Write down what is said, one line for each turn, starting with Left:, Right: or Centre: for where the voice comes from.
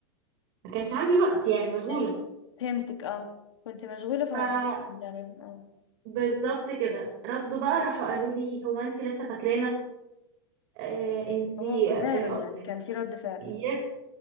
Right: ما كانش عندي وقت يعني مشغولة
Left: ماشي فهمتك اه كنت مشغولة فما
Right: ف
Left: عرفتش ردي عليهم اه
Right: بالظبط كده ردوا بقى راحوا قالوا لي هو انت لسه فاكرانا آه انت
Left: اوه
Right: آه،
Left: زعلوا يعني كان في رد فعل
Right: يس